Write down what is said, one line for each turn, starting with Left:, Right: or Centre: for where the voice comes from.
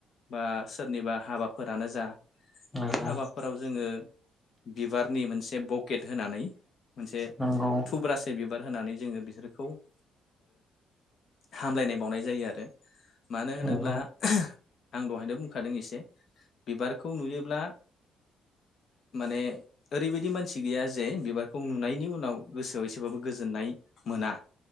Left: बा सोरनिबा हाबाफोरानो जा
Centre: नंगौ
Left: बे हाबाफोराव जोङो बिबारनि मोनसे बकेट होनानै मोनसे
Centre: नंगौ नंगौ
Left: थुब्रासे बिबार होनानै जोङो बिसोरखौ ओ हामलायनाय बावनाय जायो आरो मानो
Centre: नंगौ
Left: होनोब्ला आं दहायनो बुंखादों एसे बिबारखौ नुयोब्ला माने ओरैबायदि मानसि गैया जे बिबारखौ नुनायनि उनाव गोसोआव एसेबाबो गोजोननाय मोना।